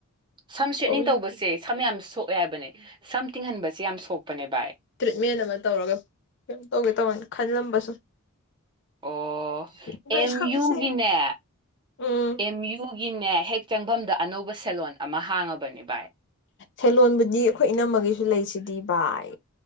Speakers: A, on the right; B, on the left.
A: ꯁꯝ ꯁꯦꯠꯅꯤꯡ
B: ꯑꯧ
A: ꯇꯧꯕꯁꯦ ꯁꯝ ꯌꯥꯝ ꯁꯣꯛꯑꯦ ꯍꯥꯏꯕꯅꯦ ꯁꯝ ꯊꯤꯡꯍꯟꯕꯁꯤ ꯌꯥꯝ ꯁꯣꯛꯄꯅꯦ ꯚꯥꯏ
B: ꯇ꯭ꯔꯤꯠꯃꯦꯟ ꯑꯃ ꯇꯧꯔꯒ ꯀꯩꯅ ꯇꯧꯒꯦ ꯇꯧꯋꯦꯅ ꯈꯜꯂꯝꯕꯁꯨ
A: ꯑꯣ
B: ꯑꯗꯣ
A: ꯑꯦꯝ
B: ꯏꯁꯝꯁꯦ
A: ꯌꯨꯒꯤꯅꯦ
B: ꯎꯝ
A: ꯑꯦꯝ ꯌꯨꯒꯤꯅꯦ ꯍꯦꯛ ꯆꯪꯐꯝꯗ ꯑꯅꯧꯕ ꯁꯦꯂꯣꯟ ꯑꯃ ꯍꯥꯡꯉꯕꯅꯤ ꯚꯥꯏ
B: ꯁꯦꯂꯣꯟꯕꯨꯗꯤ ꯑꯩꯈꯣꯏ ꯏꯅꯝꯃꯒꯤꯁꯨ ꯂꯩꯁꯤꯗꯤ ꯚꯥꯏ